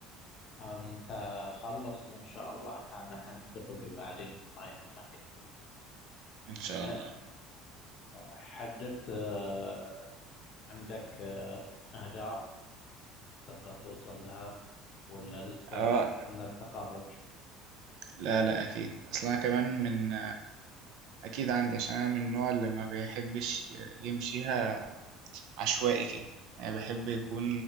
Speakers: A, on the left; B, on the right.
A: أنت خلص وإن شاء الله حن- حنتفق بعدين ما يهمك
B: ان شاء
A: أه،
B: الله
A: حددت أه، عندك أه، أهداف تبغى توصل لها ولا لسه
B: اه
A: تستنى التخرج
B: لا لا اكيد اصلا انا كمان من اكيد عندي عشان انا من النوع اللي ما بيحبش يمشيها عشوائي كده يعني بحب يكون